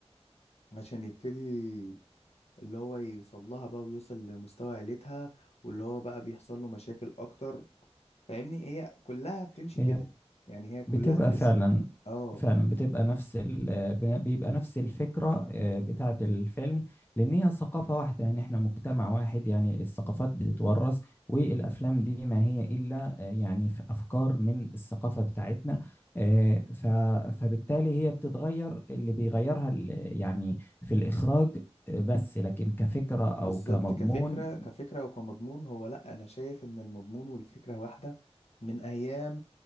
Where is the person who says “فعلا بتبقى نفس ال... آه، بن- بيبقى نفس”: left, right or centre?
Left